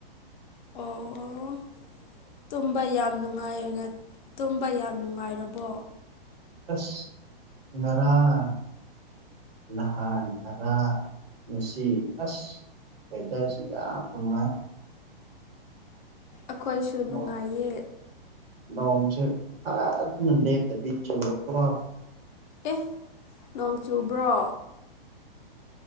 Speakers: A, on the right; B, on the left.
A: <inaudible>
B: ꯑꯣ ꯇꯨꯝꯕ ꯌꯥꯝ ꯅꯨꯡꯉꯥꯏꯌꯦꯅ ꯇꯨꯝꯕ ꯌꯥꯝ ꯅꯨꯡꯉꯥꯏꯔꯕꯣ
A: ꯑꯁ ꯉꯔꯥꯡ ꯅꯍꯥꯟ ꯉꯔꯥꯡ ꯉꯁꯤ ꯑꯁ ꯋꯦꯗꯔꯁꯤ ꯌꯥꯝ ꯅꯨꯡꯉꯥꯢ
B: ꯑꯈꯣꯏꯁꯨ
A: ꯅꯣꯡ
B: ꯅꯨꯡꯉꯥꯏꯌꯦ
A: ꯅꯣꯡꯁꯦ ꯐꯖꯅ ꯂꯦꯞꯇꯕꯤ ꯆꯨꯕꯀꯣ
B: ꯑꯦ ꯅꯣꯡ ꯆꯨꯕ꯭ꯔꯣ